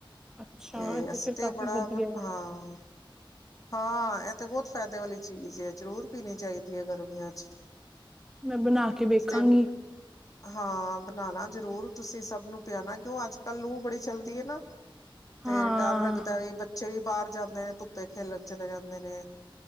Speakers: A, in the centre; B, on the left.
A: ਅੱਛਾ,
B: ਤੇ
A: ਇਹ
B: ਅਸੀ
A: ਫੇਰ
B: ਤੇ
A: ਕਾਫ਼ੀ
B: ਬੜਾ
A: ਵਧੀਆ
B: ਮ
A: ਐ,
B: ਹਾਂ ਹਾਂ ਐ ਤੇ ਬੌਤ ਫੈਦੇ ਵਾਲੀ ਚੀਜ਼ ਏ ਜ਼ਰੂਰ ਪੀਣੀ ਚਾਈਦੀ ਏ ਗਰਮੀਆਂ ਚ।
A: ਮੈ ਬਨਾ ਕੇ ਵੇਖਾਂਗੀ।
B: ਤੇ ਹਾਂ ਬਨਾਣਾ ਜਰੂਰ ਤੁਸੀ ਸਭ ਨੂੰ ਪਿਆਣਾ ਕਿਉਂ ਅੱਜ ਕੱਲ ਲੂ ਬੜੀ ਚੱਲਦੀ ਏ ਨਾ ਤੇ
A: ਹਾਂ,
B: ਡਰ ਲੱਗਦਾ ਵੀ ਬੱਚੇ ਵੀ ਬਾਹਰ ਜਾਂਦੇ ਨੇ ਧੁੱਪੇ ਖੇਲਣ ਚਲੇ ਜਾਂਦੇ ਨੇ